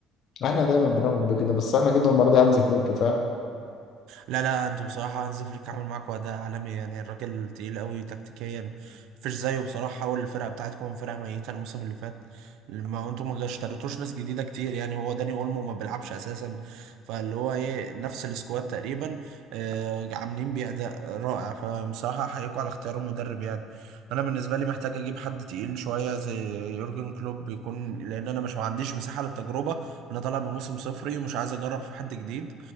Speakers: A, on the left (about 55°); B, on the right (about 75°).
A: احنا دايما بنؤمن بكده بس احنا جبنا المره دي هانز فليك فاهم
B: لا لا انتوا بصراحة هانز فليك عامل معاكوا أداء عالمي يعني الراجل تقيل قوي تكتيكيا مفيش زيه بصراحة حول الفرقة بتاعتكم من فرقة ميتة الموسم اللي فات ما انتوا ما اشتريتوش ناس جديدة كتير يعني هو داني اولمو ما بيلعبش أساسا فاللي هو ايه نفس السكواد تقريبا آه عاملين بيه أداء رائع فبصراحة أحييكوا على اختيار المدرب يعني أنا بالنسبة لي محتاج أجيب حد تقيل شوية زي يورجن كلوب يكون لأن أنا مش ما عنديش مساحة للتجربة أنا طالع بموسم صفري ومش عايز أجرب في حد جديد